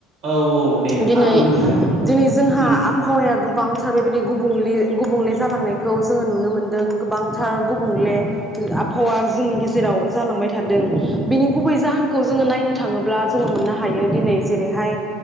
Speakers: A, on the right; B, in the centre.
A: औ औ दे
B: दिनै
A: आब नोंथां
B: दिनै जोंहा
A: उम
B: आबहावाया गोबां थाबाय <unintelligible> गुबुंले गुबुंले जालांनायखौ जोङो नुनो मोनदों गोबांथार गुबुंले आबहावा जोंनि गेजेराव जालांबाय थादों बिनि गुबै जाहोन खौ जोङो नायनो थाङोब्ला जोङो मोननो हायो दिनै जेरैहाय